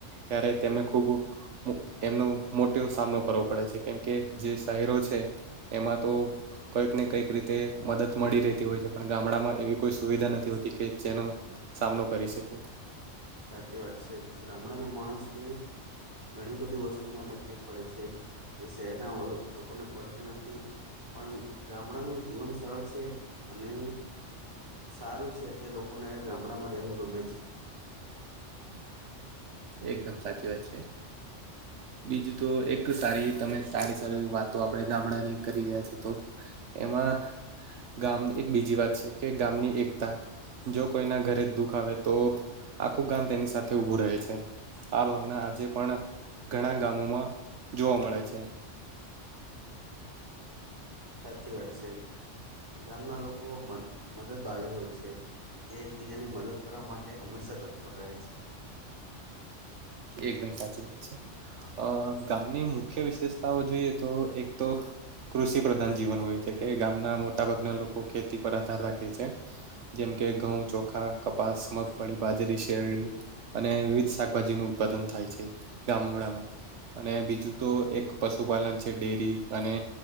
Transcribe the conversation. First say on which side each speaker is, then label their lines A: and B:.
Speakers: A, on the right (about 75°); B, on the right (about 20°).
A: ત્યારે તેમને ખુબ એમનો મોટો એવો સામનો કરવો પડે છે કેમકે જે શહેરો છે એમાં તો કંઈક ને કંઈક રીતે મદદ મળી રહેતી હોય છે પણ ગામડામાં એવી કોઈ સુવિધા નથી હોતી કે જેનો સામનો કરી શકે.
B: સાચી વાત છે ગામડાના માણસને ઘણી બધી વસ્તુઓમાં તકલીફ પડે છે જે શહેરના અ લોકોને પડતી નથી. પણ ગામડાનું જીવન સરળ છે અને સારું છે એટલે લોકોને ગામડામાં રહેવું ગમે છે.
A: એકદમ સાચી વાત છે. બીજું તો એક સારી તમે સારી સારી વાતો આપડણે ગામડાની કરી રહ્યા છે તો એમાં ગામ એક બીજી વાત છે કે ગામની એકતા જો કોઈના ઘરે દુઃખ આવે તો આખું ગામ તેની સાથે ઊભું રહે છે. આ ભાવના આજે પણ ઘણા ગામોમાં જોવા મળે છે.
B: સાચી વાત છે ગામના લોકો મદદ બાવી હોય છે. જે એકબીજાની મદદ કરવા માટે હંમેશા તત્પર રહે છે.
A: એકદમ સાચી વાત છે. અ ગામની મુખ્ય વિશેષતાઓ જોઈએ તો એક તો. કૃષિ પ્રધાન જીવન હોય છે કે ગામના મોટા ભાગના લોકો ખેતી પર આધાર રાખે છે. જેમ કે ઘઉં ચોખા કપાસ મગફળી બાજરી શેરડી અને વિવિધ શાક ભાજી નું ઉત્પાદન થાય છે ગામોડામાં. અને બીજું તો એક પશુપાલન છે ડેરી અને